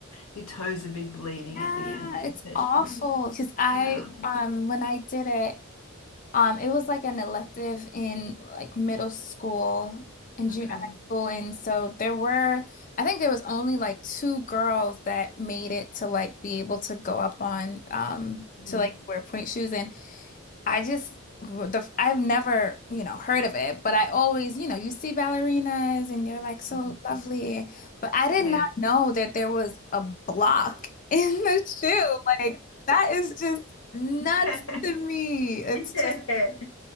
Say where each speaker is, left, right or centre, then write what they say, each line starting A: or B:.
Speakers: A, on the left; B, on the left.
A: your toes would be bleeding
B: yeah,
A: at the end of the
B: it's
A: session.
B: awful because I,
A: Yeah. Yeah.
B: um, when I did it, um, it was like an elective in like middle school and junior
A: Okay.
B: high school, and so there were, I think there was only like two girls that made it to like be able to go up on, um,
A: Mm,
B: to like wear point shoes and. I just the I've never, you know, heard of it, but I always, you know, you see ballerinas and you're like so
A: mm.
B: lovely, but I did
A: Yeah.
B: not know that there was a block <laughs> in the shoe. Like that is just nuts
A: <laughs>
B: to me. It's
A: Yeah,
B: just